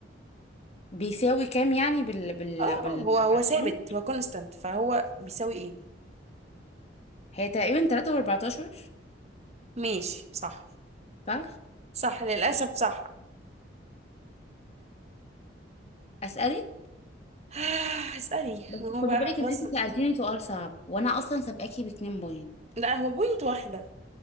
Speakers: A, on the left (about 35°); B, on the right (about 35°).
A: بيساوي كام يعني بال بال
B: اه
A: بالارقام
B: هو هو ثابت هو كونستانت فهو بيساوي ايه
A: هي تقريبا 3 و14
B: ماشي صح
A: صح
B: صح للاسف صح
A: اسالك
B: <sighs> اسالي
A: بس
B: ما
A: خدي
B: هو بقى
A: بالك
B: خلاص
A: ان انت سالتيني سؤال صعب وانا اصلا سابقاكي باتنين بوينت
B: لا هو بوينت واحده